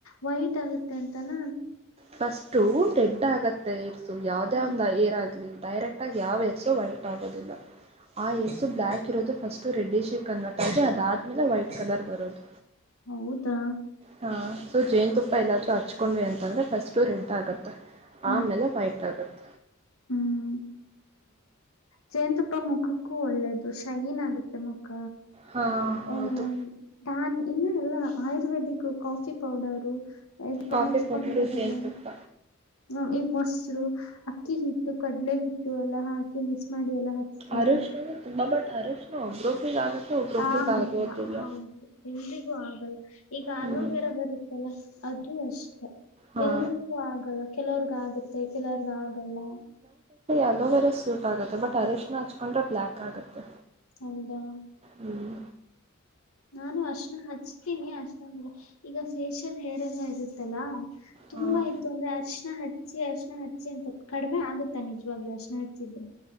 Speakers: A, on the left; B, on the right.
A: ವೈಟ್ ಆಗುತ್ತೆ ಅಂತಾನ
B: ಫಸ್ಟು ರೆಡ್ ಆಗತ್ತೆ ಇರ್ಸು ಯಾವ್ದೇ
A: ಹ
B: ಒಂದ ಏರ್ ಆಗ್ಲಿ ಡೈರೆಕ್ಟ್ ಆಗಿ ಯಾವ ಹೇರ್ಸು ವೈಟ್ ಆಗೋದಿಲ್ಲ ಆ ಹೇರ್ಸು ಬ್ಲ್ಲಾಕ್ ಇರೋದು ಫಸ್ಟ್ ರೆಡ್ಡಿ ಶೇಡ್ ಕನ್ವರ್ಟ್ ಆಗಿ ಅದಾದ್ಮೇಲೆ ವೈಟ್ ಕಲರ್ ಬರೋದು
A: ಹೌದಾ
B: ಹಾಂ ಸೊ ಜೇನುತುಪ್ಪ ಎಲ್ಲಾದರೂ ಹಚ್ಕೊಂಡ್ವಿ ಅಂತಂದರೆ ಫಸ್ಟು ರೆಡ್ ಆಗುತ್ತೆ.
A: ಹ್ಮ್
B: ಆಮೇಲೆ ವೈಟ್ ಆಗುತ್ತೆ.
A: ಹ್ಮ್ ಜೇನ್ ತುಪ್ಪ ಮುಖ ಮುಕ್ಕು ಒಳ್ಳೇದು ಶೈನ್ ಆಗುತ್ತೆ ಮುಕ್ಕ
B: ಹಾ
A: ಕ್ಕ
B: ಹೌದು
A: ಟ್ಯಾನ್ ಇನ್ನು ಎಲ್ಲ ಆಯುರ್ವೇದಿಕ್ ಕಾಫಿ ಪೌಡರು ಎಲ್ಲ
B: ಕಾಫಿ
A: ಹಚ್ಕೊತಾರಲ್ಲ
B: ಪೌಡರು ಜೇನುತುಪ್ಪ
A: ಹ ಈ ಮೊಸರು ಅಕ್ಕಿ ಹಿಟ್ಟು ಕಡ್ಲೆ ಹಿಟ್ಟು ಎಲ್ಲ ಹಾಕಿ ಮಿಕ್ಸ್ ಮಾಡಿ ಎಲ್ಲ ಹಚ್ತಾರೆ.
B: ಅರಶಿನ ತುಂಬಾ ಬಟ್ ಅರಶಿನ ಒಬ್ರೊಬ್ರಿಗೆ ಆಗತ್ತೆ ಒಬ್ರೊಬ್ರಿಗೆ
A: ಆಗ
B: ಆಗೋದಿಲ್ಲ
A: ಹೌದು ಎಲ್ಲರಿಗೂ ಆಗಲ್ಲ ಈಗ
B: ಹ್ಮ್
A: ಅಲೋವೇರಾ ಬ ಬರುತ್ತಲ್ಲ ಅದು ಅಷ್ಟ
B: ಹಾ
A: ಎಲ್ರಿಗೂ ಆಗಲ್ಲ ಕೆಲವರಿಗೆ ಆಗುತ್ತ ಕೆಲವರಗ ಆಗಲ್ಲ
B: ಅಲೋವೇರಾ ಸೂಟ್ ಆಗುತ್ತೆ ಬಟ್ ಅರಿಶಿನ ಹಚ್ಕೊಂಡ್ರೆ ಬ್ಲ್ಯಾಕ್ ಆಗುತ್ತೆ
A: ಹೌದಾ
B: ಹ್ಮ್
A: ನಾನು ಅರಿಸಿನ ಹಚ್ತೀನಿ ಅಷ್ಟಂದ ಇಲ್ಲ ಈಗ ಫೇಶಿಯಲ್ ಹೇರ್ ಎಲ್ಲ ಇರುತ್ತಲ್ಲಾ. ತುಂಬ
B: ಹಾಂ
A: ಆಯ್ತು ಅಂದ್ರೆ ಅರಶಿಣ ಹತ ಹಚ್ಚಿ ಅರಿಸಿನ ಹಚ್ಚಿ ಅಂತ ಕಡಿಮೆ ಆಗುತ್ತಾ ನಿಜವಾಗ್ಲು ಅರಿಸಿನ ಹಚ್ಚಿದ್ರೆ